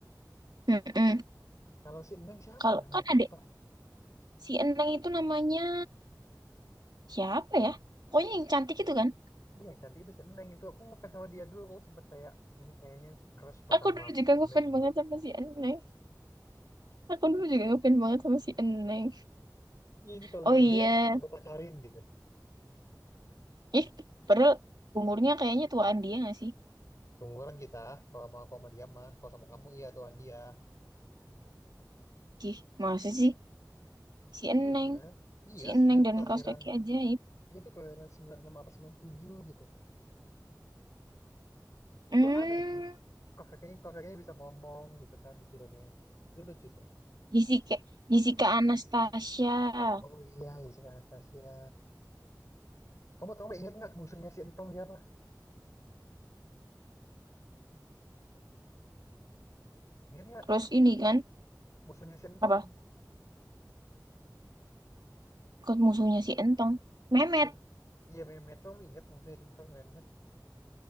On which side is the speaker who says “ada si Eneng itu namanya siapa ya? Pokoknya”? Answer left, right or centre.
Right